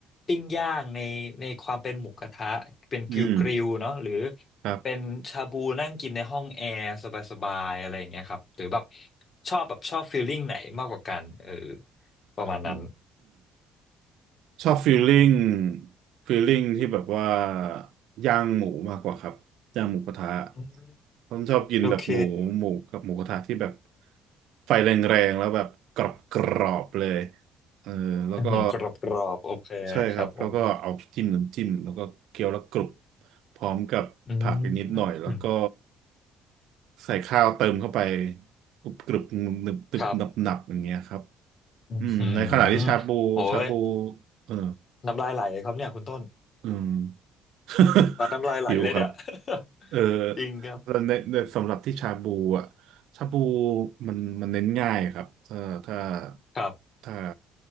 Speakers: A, on the left; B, on the right.
A: ปิ้งย่างในในความเป็นหมูกระทะเป็นกริลกริลเนาะหรือ
B: อืมครับ
A: เป็นชาบูนั่งกินในห้องแอร์สบายๆอะไรอย่างเงี้ยครับหรือแบบชอบแบบชอบฟีลลิ่งไหนมากกว่ากันเออประมาณนั้น
B: อืมชอบฟีลลิ่งฟีลลิ่งที่แบบว่าย่างหมูมากกว่าครับย่างหมูกระทะ
A: อืม
B: ผมชอบกินแบบหมูหมูกับหมูกระทะที่แบบ
A: โอเค
B: ไฟแรงๆแล้วแบบกรอบๆเลยเออแล้วก็
A: อืมกรอบกรอบโอเคครับผม
B: ใช่ครับแล้วก็เอาจิ้มน้ำจิ้มแล้วก็เคี้ยวแล้วกรุบพร้อมกับผักอีกนิดหน่อยแล้วก็
A: อืม
B: ใส่ข้าวเติมเข้าไปกรุบกรุบหนึบหนึบหนับหนับอย่างเงี้ยครับ
A: ครับอืม
B: อืมในขณะที่ชาบูชาบู
A: โอ้ย
B: เออ
A: น้ำลายไหลเลยครับเนี่ยคุณต้น
B: อืม <laughs>
A: <laughs> ตัดน้ำลายไหลเลยเด้อ
B: หิวครับ
A: <laughs>
B: เออ
A: จริงครับ
B: แต่ในในสำหรับที่ชาบูอ่ะชาบูมันมันเน้นง่ายครับถ้าถ้า
A: ครับ
B: ถ้า